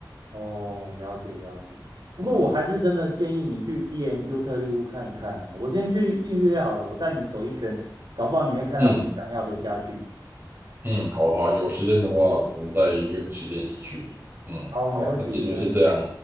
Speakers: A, on the right; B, on the right.
A: 哦，了解了解。不过我还是真的建议你去
B: 嗯
A: B&Q N 特力屋看一看呐、我先去预约好了，我带你走一圈，搞不好你会看到你想要的家具。
B: 嗯，嗯，好好，有时间的话，我们再约个时间一起去。嗯，
A: 好，
B: 好，
A: 没问题，
B: 那今天就先这样。
A: 没问题。